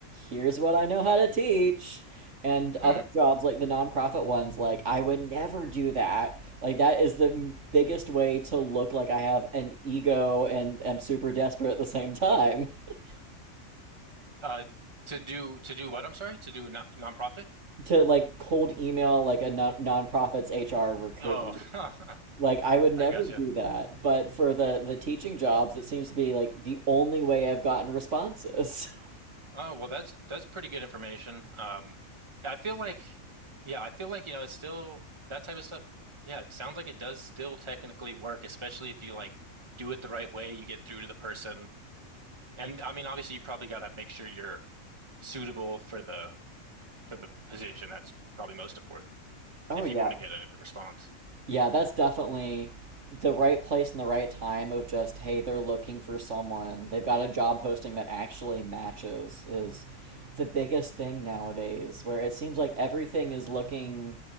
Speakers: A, on the right; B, on the right.
A: Here's what I know how to teach." And other
B: Hmm.
A: jobs like the nonprofit ones like, "I would never do that." Like that is the m- biggest way to look like I have an ego and am super desperate at the same time. <laughs>
B: Uh, to do to do what? I'm sorry, to do a non nonprofit.
A: To like cold email like a non nonprofit's HR recruiter.
B: Oh, <laughs>
A: Like I would never
B: I gotcha.
A: do that, but for the the teaching jobs, it seems to be like the only way I've gotten responses. <laughs>
B: Oh, well, that's that's pretty good information. Um, I feel like, yeah, I feel like you know it's still that type of stuff. Yeah, it sounds like it does still technically work, especially if you like do it the right way. You get through to the person, and I mean, obviously, you probably got to make sure you're suitable for the for the position. That's probably most important.
A: Oh
B: if
A: yeah.
B: you want to get a response.
A: Yeah, that's definitely the right place and the right time of just, hey, they're looking for someone. They've got a job posting that actually matches is the biggest thing nowadays, where it seems like everything is looking